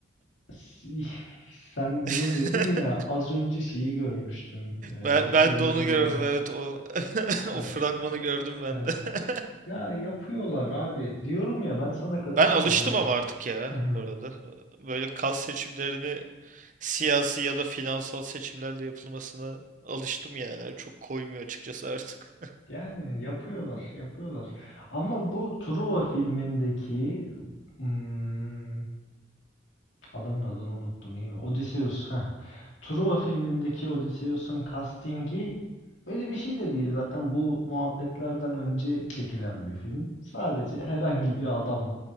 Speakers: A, on the left; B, on the right.
A: Si- <laughs> Sen bunu
B: <laughs>
A: dedin ya az önce şeyi görmüştüm eee,
B: Ben
A: Twitter'da.
B: ben de onu gördüm evet o <laughs>
A: Eee,
B: o fragmanı gördüm ben
A: eee,
B: de. <laughs>
A: ya yapıyorlar abi. Diyorum ya ben sana katılıyorum
B: Ben alıştım
A: hani.
B: ama artık ya
A: <laughs>
B: bu arada. Böyle kas seçimlerini siyasi ya da finansal seçimlerle yapılmasına alıştım yani. Çok koymuyor açıkçası artık.
A: Yani yapıyorlar, yapıyorlar. Ama bu Truva filmindeki hmm, Adamın adını unuttum iyi mi? Odysseus. Heh. Truva filmindeki Odysseus'un castingi öyle bir şey de değil. Zaten bu muhabbetlerden önce çekilen bir film. Sadece herhangi bir adam